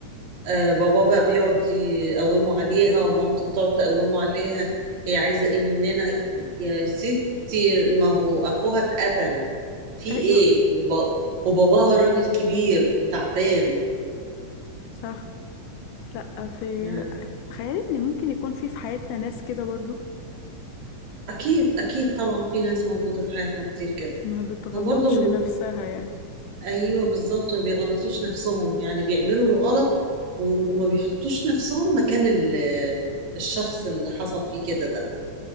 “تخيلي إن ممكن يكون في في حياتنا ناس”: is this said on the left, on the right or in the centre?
Left